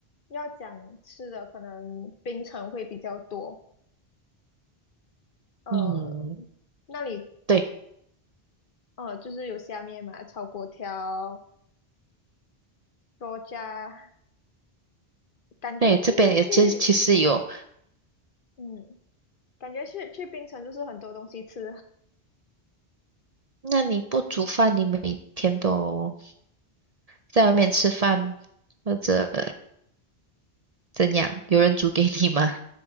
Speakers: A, on the left; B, on the right.
A: 要讲吃的，可能冰城会比较多，呃，
B: 嗯，
A: 那里
B: 对，
A: 呃就是有下面嘛，炒粿条。多加，感觉就是去，
B: 对，这边也其实其实有，
A: 嗯，感觉去去槟城就是很多东西吃
B: 那你不煮饭，你每天都在外面吃饭或者怎样，有人煮给你吗？